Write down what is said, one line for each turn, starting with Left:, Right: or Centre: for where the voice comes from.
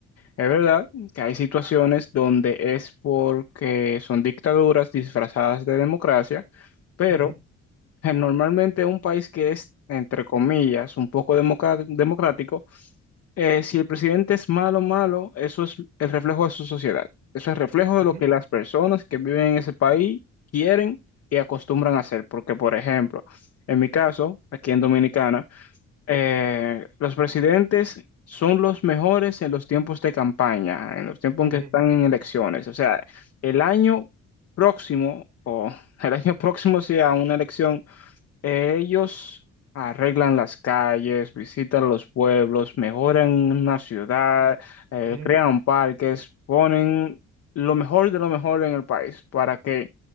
Left: es verdad que hay situaciones donde es porque son dictaduras disfrazadas de democracia, pero
Right: ujú,
Left: eh, normalmente un país que es, entre comillas, un poco democra- democrático, eh, si el presidente es malo, malo, eso es el reflejo de su sociedad. Eso es reflejo de
Right: ujú,
Left: lo que las personas que viven en ese país quieren y acostumbran a hacer. Porque, por ejemplo, en mi caso, aquí en Dominicana, eh, los presidentes son los mejores en los tiempos de campaña, en los tiempos
Right: ujú,
Left: en que están en elecciones. O sea, el año próximo o <laughs> el año próximo sea una elección. Ellos arreglan las calles, visitan los pueblos, mejoran una ciudad, eh,
Right: ujú,
Left: crean parques, ponen lo mejor de lo mejor en el país para que